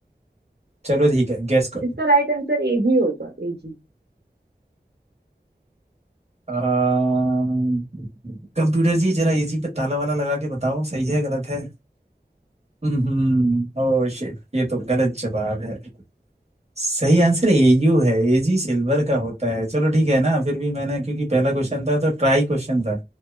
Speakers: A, on the right; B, on the right.
A: चलो ठीक है गैस करो
B: इसका राइट आंसर एजी होगा एजी
A: कंप्यूटर जी जरा इजी पे ताला वाला लगा के बताओ सही है गलत है हम्म ओह शिट ये तो गलत जवाब है सही आंसर एयू है एजी सिल्वर का होता है चलो ठीक है ना फिर भी मैंने क्योंकि पहला क्वेश्चन था तो ट्राई क्वेश्चन था